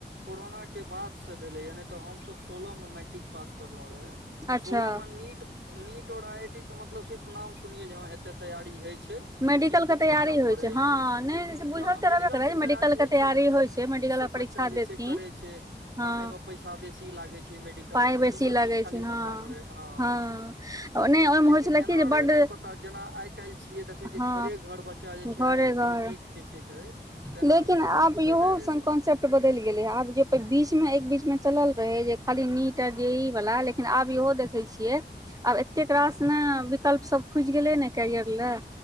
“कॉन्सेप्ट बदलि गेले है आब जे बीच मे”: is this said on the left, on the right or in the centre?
Right